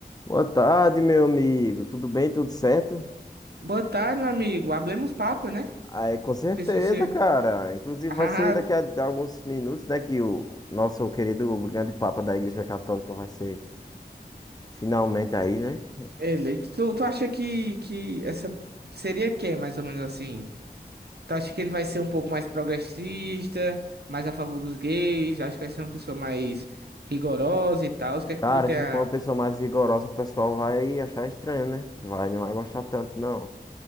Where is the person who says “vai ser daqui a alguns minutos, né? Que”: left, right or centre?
Left